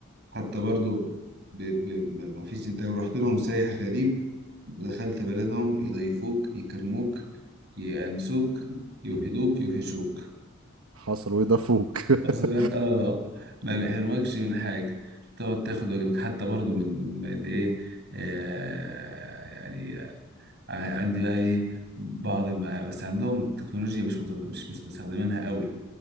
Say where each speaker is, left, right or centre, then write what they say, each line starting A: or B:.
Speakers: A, on the right; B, on the right.
A: حتى برضو ب... ب... ب- ما فيش انت لو رحت لهم سايح غريب ودخلت بلدهم يضيفوك يكرموك يأنسوك يوحدوك يوحشوك
B: حصل وده فوق <laughs>
A: واصل لك اه ما بيحرمكش من حاجه تقعد تاخد واجبك حتى برضو من من ايه آه، يعني ع- عندي بقى ايه بعض
B: مم.
A: الم... بس عندهم التكنولوجيا مش مت... مش مش مستخدمينها قوي